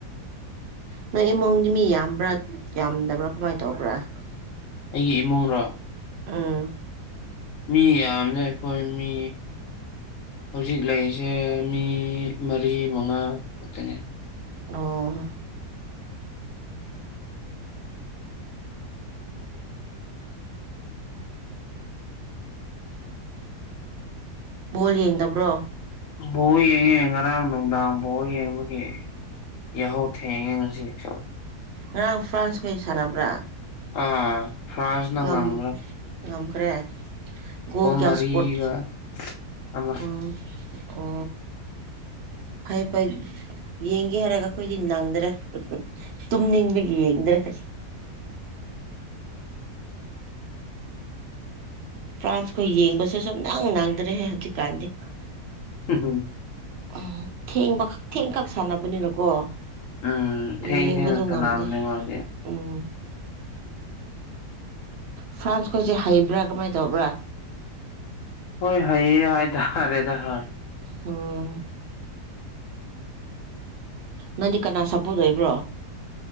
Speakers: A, on the right (about 55°); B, on the left (about 65°).
A: ꯅꯣꯏ ꯏꯃꯨꯡꯅꯤ ꯃꯤ ꯌꯥꯝꯕ꯭ꯔꯥ ꯌꯥꯝꯗꯕ꯭ꯔꯥ ꯀꯃꯥꯏꯅ ꯇꯧꯕ꯭ꯔꯥ <unintelligible>
B: ꯑꯩꯒꯤ ꯏꯃꯨꯡꯔꯣ
A: ꯎꯝ
B: ꯃꯤ ꯌꯥꯝꯂꯦ ꯑꯩꯈꯣꯏ ꯃꯤ ꯍꯧꯖꯤꯛ ꯂꯩꯔꯤꯁꯦ ꯃꯤ ꯃꯔꯤ ꯃꯉꯥ ꯈꯛꯇꯅꯤ
A: ꯑꯣ ꯕꯣꯜ ꯌꯦꯡꯗꯕ꯭ꯔꯣ
B: ꯕꯣꯜ ꯌꯦꯡꯉꯦ ꯉꯔꯥꯡ ꯅꯨꯡꯗꯥꯡ ꯕꯣꯜ ꯌꯦꯡꯕꯒꯤ ꯌꯥꯍꯧ ꯊꯦꯡꯉꯦ ꯉꯁꯤꯁꯨ
A: ꯉꯔꯥꯡ ꯐ꯭ꯔꯥꯟꯁꯈꯩ ꯁꯥꯟꯅꯕ꯭ꯔꯥ
B: ꯑ ꯐ꯭ꯔꯥꯟꯁꯅ
A: ꯉꯝ
B: ꯉꯝꯒ꯭ꯔꯦ
A: ꯉꯝꯈ꯭ꯔꯦ ꯒꯣꯜ ꯀꯌꯥ
B: ꯃꯔꯤꯒ
A: ꯏꯁꯀꯣꯠ
B: ꯑꯃ
A: ꯎꯝ ꯑꯣ ꯐꯩ ꯐꯩ ꯌꯦꯡꯒꯦ ꯍꯥꯏꯔꯒ ꯑꯩꯈꯣꯏꯗꯤ ꯅꯪꯗ꯭ꯔꯦ ꯍꯨꯝ ꯍꯨꯝ ꯇꯨꯝꯅꯤꯡꯕꯒꯤ ꯌꯦꯡꯗ꯭ꯔꯦꯗ ꯐ꯭ꯔꯥꯟꯁꯀ ꯌꯦꯡꯕꯁꯦ ꯁꯨꯛꯅꯪ ꯅꯪꯗ꯭ꯔꯦꯍꯦ ꯍꯧꯖꯤꯛꯀꯥꯟꯗꯤ
B: ꯍꯨꯎꯝ
A: ꯎꯝ ꯊꯦꯡꯕ ꯊꯦꯡ ꯈꯛ ꯁꯥꯟꯅꯕꯅꯤꯅꯀꯣ
B: ꯎꯝ ꯊꯦꯡ
A: ꯌꯦꯡꯕꯗꯣ
B: ꯊꯦꯡꯅ ꯁꯥꯟꯅꯕꯅꯦ
A: ꯉꯝꯗꯦ
B: ꯃꯣꯏꯗꯤ
A: ꯎꯝ ꯐ꯭ꯔꯥꯟꯁ ꯈꯣꯏꯁꯦ ꯍꯩꯕ꯭ꯔꯥ ꯀꯃꯥꯏ ꯇꯧꯕ꯭ꯔꯥ
B: ꯍꯣꯏ ꯍꯩꯌꯦ ꯍꯥꯏꯇꯥꯔꯦ ꯗ ꯍꯣꯏ
A: ꯎꯝ ꯅꯪꯗꯤ ꯀꯅꯥ ꯁꯥꯄꯣꯔꯠ ꯑꯣꯏꯕ꯭ꯔꯣ